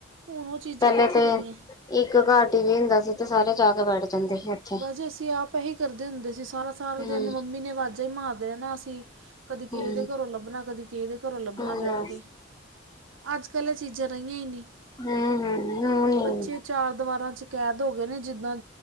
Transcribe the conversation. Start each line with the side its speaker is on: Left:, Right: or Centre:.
Right: ਹੁਣ ਓ ਚੀਜ਼ਾਂ
Left: ਪਹਿਲੇ
Right: ਕਿੱਥੇ
Left: ਤੇ
Right: ਰਹੀਆਂ।
Left: ਇੱਕ ਘਰ ਟੀਵੀ ਹੁੰਦਾ ਸੀ ਤੇ ਸਾਰੇ ਜਾ ਕੇ ਬੈਠ ਜਾਂਦੇ ਸੀ ਉੱਥੇ।
Right: ਵੈਸੇ ਅਸੀਂ ਆਪ ਇਹੀ ਕਰਦੇ ਹੁੰਦੇ ਸੀ, ਸਾਰਾ ਸਾਰਾ
Left: ਹੂੰ,
Right: ਦਿਨ ਮੰਮੀ ਨੇ ਵਾਜ਼ਾਂ ਈ ਮਾਰਦੇ ਰੈਣਾ ਅਸੀਂ ਕਦੀ ਕਿਸੇ
Left: ਹੂੰ,
Right: ਦੇ ਘਰੋਂ ਲੱਭਣਾ, ਕਦੀ ਕਿਸੇ ਦੇ ਘਰੋਂ ਲੱਭਣਾ
Left: ਹੂੰ,
Right: ਜਾ ਕੇ ਅੱਜ ਕੱਲ ਏ ਚੀਜ਼ਾਂ ਰਹੀਆਂ ਈ ਨੀ
Left: ਹੂੰ, ਹੂੰ ਨੀ।
Right: ਬੱਚੇ ਚ ਚਾਰ ਦਵਾਰਾਂ ਚ ਕੈਦ ਹੋਗੇ ਨੇ ਜਿੱਦਾਂ